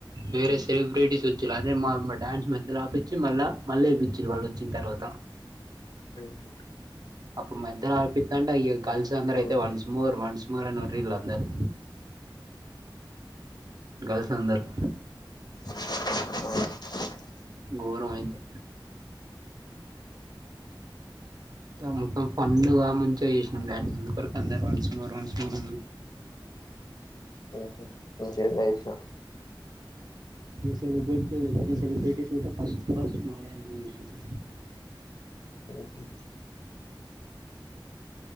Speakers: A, on the right; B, on the left.
A: వేరే సెలిబ్రిటీస్ వచ్చలే అదే మా మా డ్యాన్స్ మధ్యలో ఆపచ్చి మళ్ళీ మళ్ళీ ఏపించిరు వాళ్ళు వచ్చిన తర్వాత
B: ఉహు
A: ఇప్పుడు మధ్యలో ఆ ఆపితంటే అ గర్ల్స్ అందరూ అయితే
B: ఉహు
A: వన్స్ మోర్ వన్స్ మోర్ వర్రీళ్లు అందరు గర్ల్స్ అందరు
B: ఆవును
A: గౌరవం అయితే
B: ఆ
A: మొత్తం పండూగా మంచిగా చేసినాం డాన్స్ అరకు అందరు వన్స్ మోర్ వన్స్ మోర్
B: ఉమ్ మంచిగా చేసినాను
A: ఇ సెలిబ్రిట్ సెలిబ్ర్రిటీస్త ఫస్ట్ ఫస్ట్ మా డాన్స్ యే చూసిర్రు
B: ఓహో